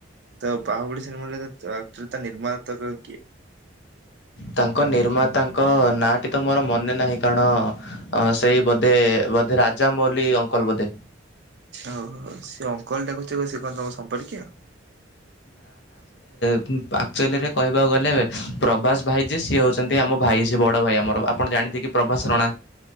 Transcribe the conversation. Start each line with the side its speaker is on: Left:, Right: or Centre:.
Right: ତ ବାହାବୁଡି ସିନେମାର ଆକଚୁଆଲି ତା ନିର୍ମାତା କ କିଏ?
Left: ତାଙ୍କ ନିର୍ମାତାଙ୍କ ନାଁଟି ତ ମୋର ମନେ ନାହିଁ କାରଣ ସେଇ ବଧେ ବଧେ ରାଜ ମୌଲି ଅଙ୍କଲ ବଧେ।
Right: ଓହୋ ସେ ଅଙ୍କଲଟା ଡାକୁଛି ସିଏ କଣ ତମ ସମ୍ପର୍କୀୟ।
Left: ଆକଚୁଆଲିରେ କହିବାକୁ ଗଲେ ପ୍ରବାସ ଭାଇ ଯେ ସିଏ ହେଉଛନ୍ତି ଆମ ଭାଇ ସିଏ ବଡ଼ ଭାଇ ଆମର ଆପଣ ଜାଣ ଯେନତିକି ପ୍ରଭାସରଣା।